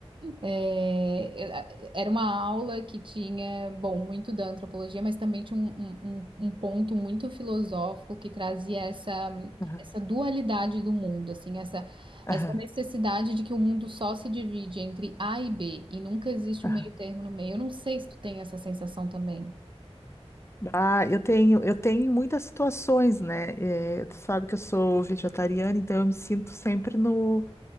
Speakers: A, on the right; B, on the left.
A: É, era uma aula que tinha, bom, muito da antropologia, mas também tinha um, um- um- um ponto muito filosófico que trazia essa,
B: Aham,
A: essa dualidade do mundo, assim, essa,
B: aham,
A: essa necessidade de que o mundo só se divide entre A e B e nunca existe
B: aham.
A: um meio termo no meio. Eu não sei se tu tem essa sensação também.
B: Ah, eu tenho, eu tenho muitas situações, né? Eh, tu sabe que eu sou vegetariana, então eu me sinto sempre no,